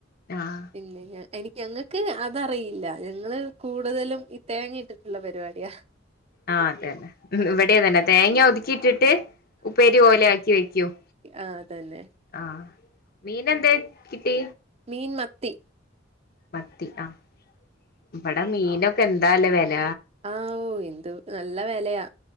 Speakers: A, on the left (about 50°); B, on the right (about 30°).
A: ആഹ് ആഹ്
B: പിന്നെ ഞ എനിക്ക് ഞങ്ങൾക്ക് അതറിയില്ല ഞങ്ങള് കൂടുതലും ഈ തേങ്ങയിട്ടിട്ടുള്ള പരിപാടിയാ
A: ആ അതെന്നെ ഉം ഇവിടെയതന്നെ തേങ്ങ ഒതുക്കിയിട്ടിട്ട് ഉപ്പേരി പോലെ ആക്കി വെക്കും
B: ആ തന്നെ
A: ആഹ് മീന് എന്തേ കിട്ടി
B: മീൻ മത്തി
A: മത്തി ആഹ് ഇവിടെ മീനൊക്കെ എന്താല്ലേ വെല
B: ആഹ് ഓഹ് എന്ത്‌ നല്ല വെലയാ